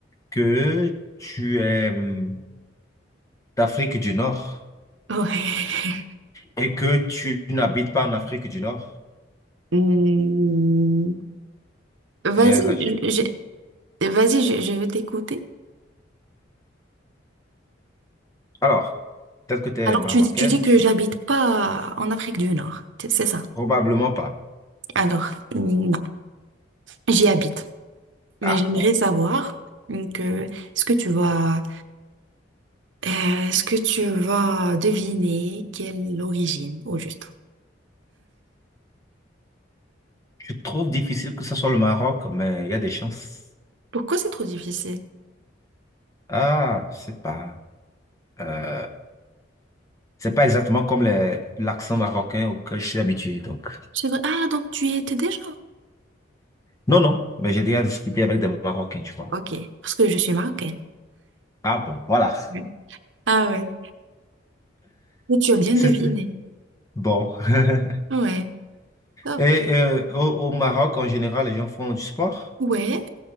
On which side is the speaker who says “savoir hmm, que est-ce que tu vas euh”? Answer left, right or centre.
Right